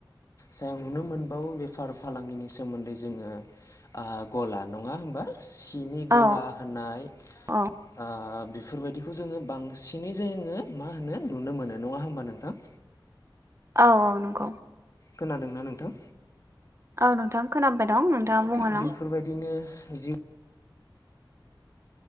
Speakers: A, on the left (about 40°); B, on the right (about 35°).
A: सायाव नुनो मोनबावो बेफार फालांगिनि सोमोन्दै जोङो आ गला नङा होनबा सिनि
B: औ
A: गला होनाय
B: औ
A: ओ बेफोरबायदिखौ जोङो बांसिनै जोङो मा होनो नुनो मोनो नङा होमबा नोंथां?
B: औ नंगौ
A: खोनादोंना नोंथां?
B: औ नोंथां खोनाबाय दं। नोंथाङा बुंहोलां
A: थिग बेफोरबायदिनो जिउ